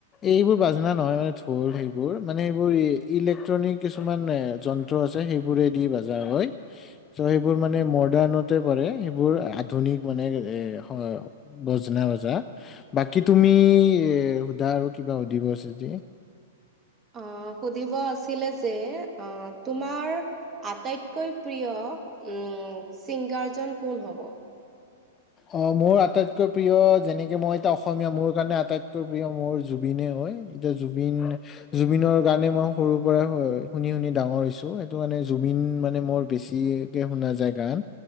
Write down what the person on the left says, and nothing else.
এইবোৰ বাজনা নহয় মানে ঢোৰ সেইবোৰ মানে সেইবোৰ ইলেক্ট্ৰনিক কিছুমান এ জন্ ত্ৰ আছে সেইবোৰে দি বাজা হয়। চ' সেইবোৰ মানে মডাৰ্ণতে পৰে, সেইবোৰ আধুনিক মানে এ হ বজনা বজা, বাকী তুমি এ সোধা আৰু কিবা সুধিব আছে যদি?
অ' মোৰ আটাইতকৈ প্ৰিয়, যেনেকে মই এতিয়া অসমীয়া, মোৰ কাৰণে আটাইতকৈ প্ৰিয় মোৰ জুবিনেই হয়। এতিয়া জুবিন জুবিনৰ গানে মই সৰুৰ পৰা এ শুনি শুনি ডাঙৰ হৈছো সেইটো কাৰণে জুবিন মানে মোৰ বেছি কে শুনা যায় গান,